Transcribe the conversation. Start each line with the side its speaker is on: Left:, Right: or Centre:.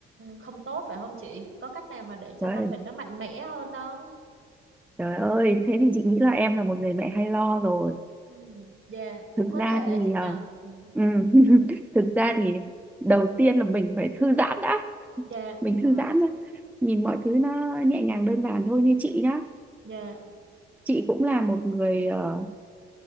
Right: không tốt phải không chị? Có cách nào mà để cho
Centre: Trời,
Right: con mình nó mạnh mẽ hơn không?
Centre: trời ơi, thế thì chị nghĩ là em là một người mẹ hay lo rồi.
Right: Ừ, dạ, cũng
Centre: thực
Right: có
Centre: ra
Right: thể
Centre: thì
Right: chị nhờ.
Centre: ờ,
Right: Ừ,
Centre: ừ, <laughs> thực ra thì đầu tiên là mình phải thư giãn đã
Right: dạ,
Centre: mình
Right: và
Centre: thư giãn đã. nhìn mọi thứ nó nhẹ nhàng đơn giản thôi như chị nhá
Right: dạ,
Centre: chị cũng là một người ờ,